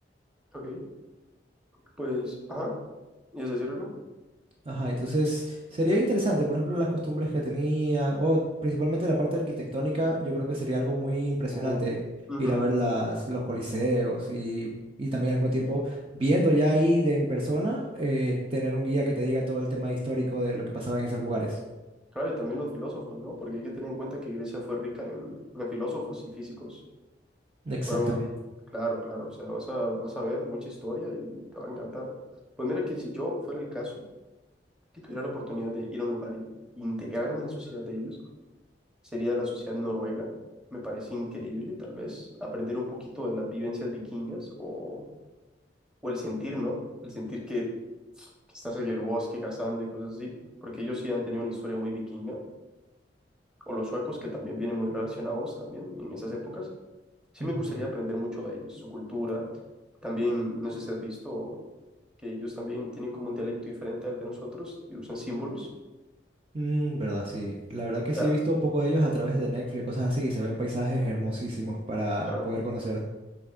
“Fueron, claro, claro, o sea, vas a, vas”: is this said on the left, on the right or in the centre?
Centre